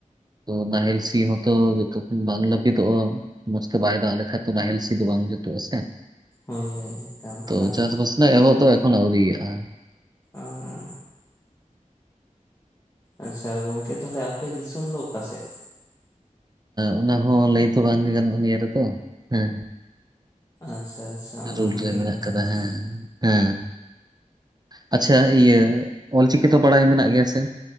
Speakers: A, on the right (about 30°); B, on the left (about 25°).
A: ᱛᱚ ᱱᱟᱦᱮᱞ ᱥᱤ ᱦᱚᱸᱛᱚ ᱵᱟᱝ ᱞᱟᱹᱵᱤᱛᱚᱜᱼᱟ ᱢᱚᱸᱡᱽ ᱛᱮ ᱵᱟᱭ ᱫᱟᱜ ᱞᱮᱠᱷᱟᱱ ᱱᱟᱦᱮᱞ ᱥᱤ ᱫᱚ <unintelligible> ᱵᱟᱝ ᱡᱚᱛᱩᱜ-ᱟ ᱥᱮ᱾
B: ᱦᱳᱭ ᱦᱳᱭ ᱮᱠᱟᱞ ᱮᱠᱟᱞ
A: ᱛᱚ ᱪᱟᱥ-ᱵᱟᱥ ᱞᱮ ᱮᱦᱚᱵ ᱛᱚ ᱮᱠᱷᱚᱱ ᱟᱹᱣᱨᱤᱭᱟᱜᱼᱟ᱾
B: ᱟᱸ ᱟᱪᱪᱷᱟ ᱜᱚᱝᱠᱮ ᱛᱟᱦᱞᱮ ᱟᱯᱮ ᱫᱤᱥᱚᱢ ᱫᱚ ᱚᱠᱟ ᱥᱮᱫ?
A: ᱚᱱᱟ ᱦᱚᱸ ᱞᱟᱹᱭ ᱫᱚ ᱵᱟᱝᱜᱮ ᱜᱟᱱᱚᱜᱼᱟ ᱱᱤᱭᱟᱹ ᱨᱮᱫᱚ ᱦᱮᱸ
B: ᱟᱪᱪᱷᱟ ᱟᱪᱪᱷᱟ ᱚᱱᱟ
A: ᱨᱩᱞ
B: ᱦᱚᱸ
A: ᱨᱮ
B: ᱞᱟᱹᱭ
A: ᱢᱮᱱᱟᱜ
B: ᱜᱟᱱᱚᱜᱼᱟ
A: ᱠᱟᱫᱟ ᱦᱮᱸ ᱦᱮᱸ <unintelligible> ᱟᱪᱪᱷᱟ ᱤᱭᱟᱹ ᱚᱞ ᱪᱤᱠᱤ ᱛᱚ ᱵᱟᱰᱟᱭ ᱢᱮᱱᱟᱜ ᱜᱮᱭᱟ ᱥᱮ?